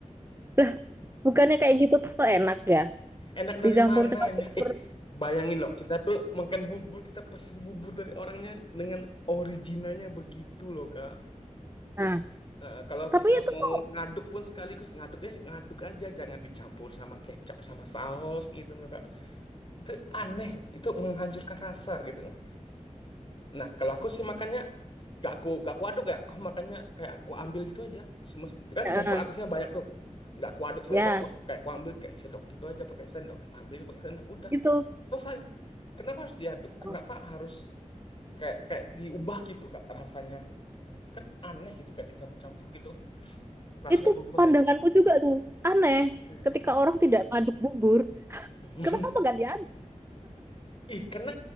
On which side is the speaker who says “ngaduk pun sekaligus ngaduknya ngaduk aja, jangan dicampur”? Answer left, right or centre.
Left